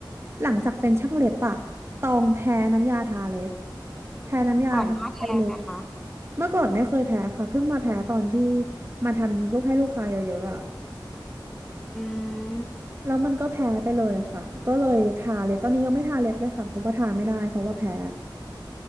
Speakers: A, on the right; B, in the centre.
A: หลังจากเป็นช่างเล็บอ่ะตองแพ้น้ำยาทาเล็บแพ้น้ำยาทาไปเลย
B: ก่อนหน้าแพ้ไหมคะ
A: เมื่อก่อนไม่เคยแพ้ค่ะเพิ่งมาแพ้ตอนที่มาทำลูกให้ลูกค้าเยอะๆอ่ะ
B: อืม
A: แล้วมันก็แพ้ไปเลยค่ะก็เลยทาเล็บตอนนี้ยังไม่ทาเล็บเลยค่ะเพราะว่าทาไม่ได้เพราะว่าแพ้